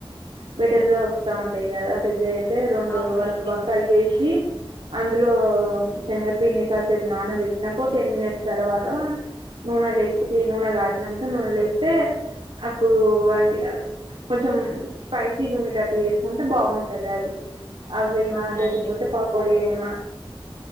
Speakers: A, on the right (about 80°); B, on the left (about 25°).
A: బెటర్ గా వస్తా ఉంటాయి కదా పెద్దయితే రెండు
B: అవునండి
A: వర్క్ వర్కలు చేసి అందులో
B: ఉమ్,
A: శనగపిండి కాసేపు నాన పెట్టినాక ఓ టెన్ మినిట్స్ తర్వాత నూనె లేసి నూనె కాగినంక నూనె లేస్తే అప్పుడు ఆ అది కొంచెం స్పైసీ ఉండేటట్టు చేసుకుంటే బాగుంటది అవి అవైనా
B: అవునండి
A: లేకపోతే పకో డియిన్నా